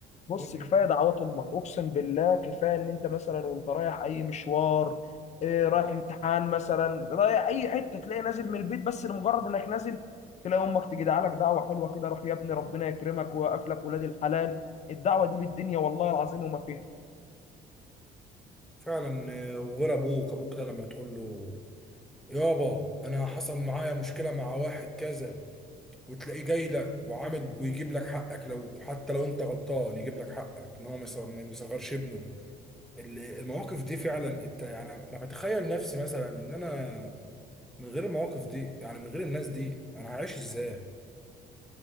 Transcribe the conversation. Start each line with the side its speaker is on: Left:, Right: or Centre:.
Centre: الأم
Left: بص كفايه دعوات امك اقسم بالله كفايه ان انت مثلا وانت رايح اي مشوار إيه رايح امتحان مثلا رايح اي حته تلاقي نازل من البيت بس لمجرد انك نازل تلاقي امك تجي دعالك دعوه حلوه كده روح يا ابني ربنا يكرمك ويوقف لك ولاد الحلال الدعوه دي بالدنيا والله العظيم وما فيها
Centre: فعلا آه، وغير أبوك أبوك ده لما تقول له يابا أنا حصل معايا مشكلة مع واحد كذا وتلاقيه جاي لك وعامل ويجيب لك حقك لو حتى لو أنت غلطان يجيب لك حقك إن هو ما يصغ- ما يصغرش ابنه ال- المواقف دي فعلا الت- يعني انا بتخيل نفسي مثلا ان انا من غير المواقف دي يعني من غير الناس دي انا هعيش ازاي